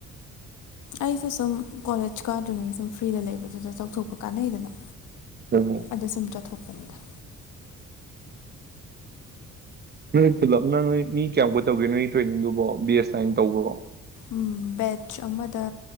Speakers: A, on the left; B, on the right.
A: ꯑꯩꯁꯦ ꯁꯨꯝ ꯀꯣꯂꯦꯖ ꯀꯥꯗ꯭ꯔꯤꯉꯩ ꯁꯨꯝ ꯐ꯭ꯔꯤꯗ ꯂꯩꯕꯗꯨꯗ ꯇꯧꯊꯣꯛꯄ ꯀꯥꯟꯅꯩꯗꯅ
B: ꯎꯝ
A: ꯑꯗ ꯁꯨꯝ ꯆꯠꯊꯣꯛꯄꯅꯤꯗ
B: ꯅꯣꯏ ꯄꯨꯂꯞꯅ ꯅꯣꯏ ꯃꯤ ꯀꯌꯥꯃꯨꯛꯀ ꯇꯧꯒꯦ ꯅꯣꯏ ꯇ꯭ꯔꯦꯅꯤꯡꯗꯨꯕꯣ ꯕꯦꯁ ꯅꯥꯏꯅ ꯇꯧꯕ꯭ꯔꯣ
A: ꯎꯝ ꯕꯦꯠꯆ ꯑꯃꯗ